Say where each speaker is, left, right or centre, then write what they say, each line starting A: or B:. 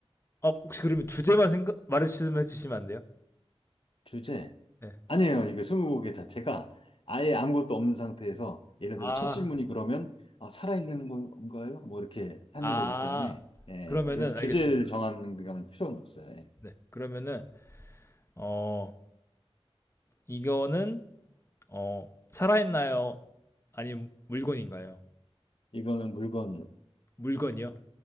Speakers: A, on the left; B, on the left.
A: 아, 혹시 그러면 주제만 생각 말씀해 주시면 안 돼요?
B: 주제?
A: 네.
B: 아니에요. 이게 스무고개 자체가 아예 아무것도 없는 상태에서 예를
A: 아,
B: 들어 첫 질문이 그러면 아, 살아있는 건가요? 뭐 이렇게 하는
A: 아,
B: 거기 때문에 예,
A: 그러면은
B: 그래서 주제를
A: 알겠습니다.
B: 정하는 그런 필요는 없어요. 예.
A: 네, 그러면은 어, 이거는 어, 살아있나요? 아니면 물건인가요?
B: 이거는 물건,
A: 물건이요.